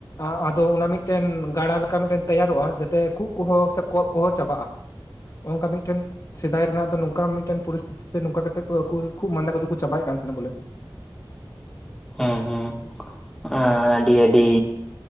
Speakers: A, on the left (about 40°); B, in the centre.
A: ᱟ-ᱟᱫᱚ ᱚᱱᱟ ᱢᱤᱫᱴᱮᱱ ᱜᱟᱲᱟ ᱞᱮᱠᱟ ᱢᱤᱫᱴᱮᱱ ᱛᱮᱭᱟᱨᱚᱜᱼᱟ, ᱡᱟᱛᱮ ᱠᱷᱩᱜᱽ ᱠᱚᱦᱚᱸ ᱥᱮ ᱠᱚᱸᱜ ᱠᱚᱦᱚᱸ ᱪᱟᱵᱟᱜᱼᱟ ᱾ ᱚᱝᱠᱟ ᱢᱤᱫᱴᱮᱱ ᱥᱮᱫᱟᱭ ᱨᱮᱱᱟᱜ ᱫᱚ ᱱᱚᱝᱠᱟ ᱢᱤᱫᱴᱮᱱ ᱯᱚᱨᱤᱥᱛᱤᱛᱤ ᱛᱮ ᱱᱚᱝᱠᱟ ᱠᱟᱛᱮᱜ ᱠᱚ ᱟᱠᱩ ᱠᱷᱩᱜᱽ ᱢᱟᱸᱫᱟ ᱠᱚᱫᱚ ᱠᱚ ᱪᱟᱵᱟᱭᱮᱜ ᱠᱟᱱ ᱛᱟᱦᱮᱸ ᱱᱟ ᱵᱚᱞᱮ ᱾
B: ᱦᱚᱸ-ᱦᱚᱸ ᱮᱸ ᱟᱹᱰᱤ-ᱟᱹᱰᱤ